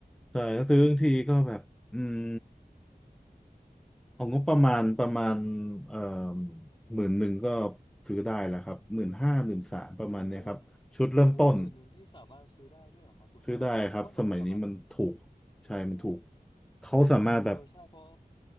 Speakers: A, in the centre; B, on the left.
A: ใช่ถ้าซื้อทั้งทีก็แบบอืมเอางบประมาณประมาณเอ่อ
B: ครับ
A: หมื่นหนึ่งก็ซื้อได้แล้วครับหมื่นห้าหมื่นสามประมาณเนี้ยครับชุดเริ่มต้น
B: โอ้โหหมื่นหนึ่งนี่สามารถซื้อได้ด้วยเหรอครับคุณต้นบัสนึกว่ามันจะแบบ
A: ซื้อได้ครับสมัยนี้มันถูกใช่มันถูก
B: โอ้
A: เขาสามารถแบบ
B: เออใช่เพราะ